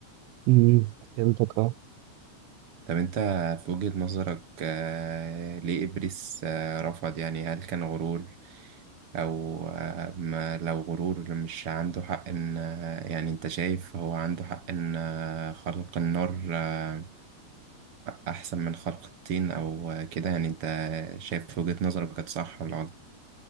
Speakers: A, on the right; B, on the right.
A: مم، فهمتك اه
B: طب أنت في وجهة نظرك آه، ليه إبليس آه، رفض يعني هل كان غرور أو آه، ما لو غرور مش عنده حق إن آه، يعني أنت شايف هو عنده حق إن آه، خلق النار آه، أحسن من خلق الطين أو آه، كده يعني أنت شايف في وجهة نظرك كانت صح ولا غلط؟